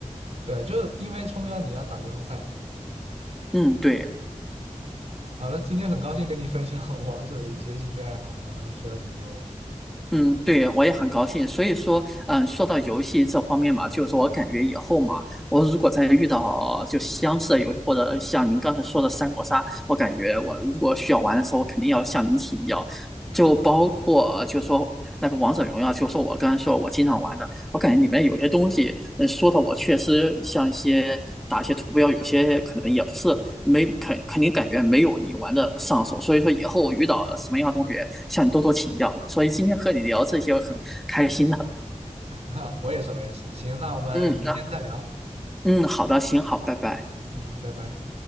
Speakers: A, on the right (about 55°); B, in the centre.
A: 对，就是因为冲标你要打巅峰赛。
B: <laughs> 嗯，对，
A: 好了，今天很高兴跟你分享我王者的一些兴趣爱好，然后学了挺多的。
B: 嗯，对，我也很高兴。所以说，嗯，说到游戏这方面嘛，就是说我感觉以后嘛，我如果再遇到就相似的游戏，或者像您刚才说的三国杀，我感觉我如果需要玩的时候，我肯定要向您请教。就包括就说那个王者荣耀，就说我刚才说我经常玩的。我感觉里面有些东西，呃说的我确实像一些打一些图标，有些可能也不是没肯肯定感觉没有你玩的上手，所以说以后遇到什么样的同学向你多多请教。所以今天和你聊这些我很开心的，
A: <laughs> 我也是，我也是。行，那我们有时间再聊。
B: 嗯，那嗯，好的，行，好，拜拜。
A: 嗯，拜拜。